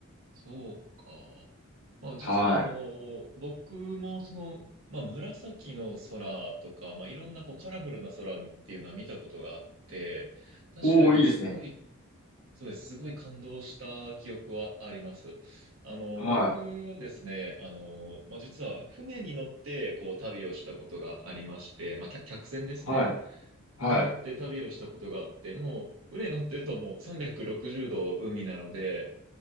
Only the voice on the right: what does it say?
そうか。まあ実はあの、
僕もその、まあ紫の空とか、まあいろんなこうカラフルな空っていうのは見たことがあって、確かにすごい、
そうです、すごい感動した記憶はあります。あの、
僕はですね、あの、まあ実は船に乗ってこう旅をしたことがありまして、まあ客客船ですね、
に乗って旅をしたことがあって、もう船乗ってるともう360度海なので、